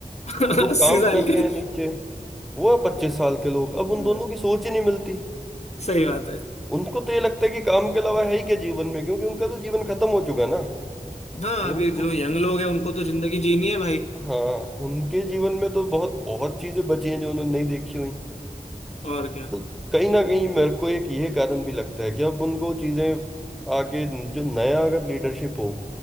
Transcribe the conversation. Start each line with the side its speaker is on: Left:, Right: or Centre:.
Left: <laughs>
Centre: जो
Left: अस्सी
Centre: काम
Left: साल
Centre: कर रहे
Left: के
Centre: हैं नीचे वो है पच्चीस साल के लोग अब उन दोनों
Left: <laughs>
Centre: की सोच ही नहीं मिलती
Left: सही बात है
Centre: उनको तो ये लगता है कि काम के अलावा है ही क्या जीवन में क्योंकि उनका तो जीवन खत्म हो चुका है ना
Left: हाँ
Centre: वो
Left: अभी
Centre: तो
Left: जो यंग लोग हैं उनको तो जिंदगी जीनी है भाई
Centre: हाँ उनके जीवन में तो बहुत बहुत चीजें बची हैं जो उन्होंने नहीं देखी हुई
Left: और क्या
Centre: तो कहीं ना कहीं मेरे को एक ये कारण भी लगता है कि अब उनको चीजें आगे जो नया अगर लीडरशिप हो